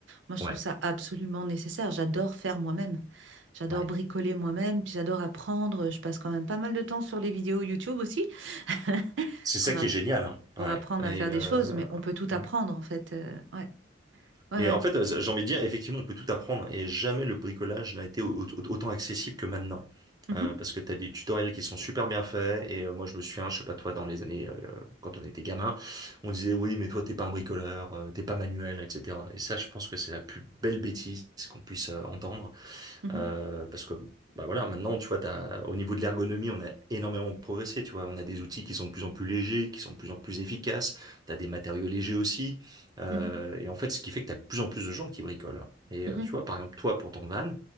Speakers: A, on the right; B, on the right.
A: Moi, je
B: Ouais,
A: trouve ça absolument nécessaire. J'adore faire moi-même. J'adore
B: ouais.
A: bricoler moi-même, puis j'adore apprendre. Je passe quand même pas mal de temps sur les vidéos YouTube aussi <laughs>
B: C'est ça
A: pour,
B: qui
A: app-
B: est génial, hein.
A: pour
B: Ouais.
A: apprendre
B: Et
A: à faire des
B: euh,
A: choses, mais on peut tout apprendre,
B: ouais.
A: en fait. Euh, ouais. Ouais,
B: Et
A: ouais.
B: en fait, euh, j'ai envie de dire, effectivement, on peut tout apprendre et jamais le bricolage n'a été au- au- autant accessible que maintenant.
A: Mhm.
B: Euh, parce que tu as des tutoriels qui sont super bien faits et euh, moi je me souviens, je sais pas toi, dans les années, euh, quand on était gamin, on disait oui, mais toi t'es pas un bricoleur, euh, t'es pas manuel, etc. Et ça, je pense que c'est la plus belle bêtise qu'on puisse euh, entendre.
A: Mhm.
B: Euh, parce que bah voilà, maintenant, tu vois, t'as, au niveau de l'ergonomie, on a énormément progressé. Tu vois, on a des outils qui sont de plus en plus légers, qui sont de plus en plus efficaces. Tu as des matériaux légers aussi. Euh,
A: Mhm.
B: et en fait, ce qui fait que tu as de plus en plus de gens qui bricolent. Et
A: Mhm.
B: euh, tu vois, par exemple, toi, pour ton van,